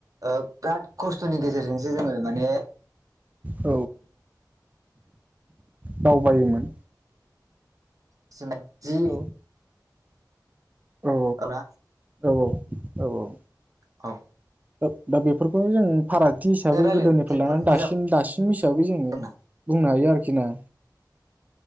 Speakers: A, on the right; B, on the right.
A: ओ बिराद खस्थ'नि गेजेरजों जों माने
B: औ दावबायोमोन।
A: <unintelligible> जि
B: औ औ औ
A: ना
B: औ औ। औ औ।
A: औ।
B: दा दा बेफोरखौनो जों। फारागथि हिसाबै
A: रायलायनानै
B: गोदोनिफ्राय
A: जोबोद
B: लानानै
A: मोजां
B: दासिम दासिम हिसाबै जोङो
A: मोनदों
B: बुंनो हायो आरोख सिना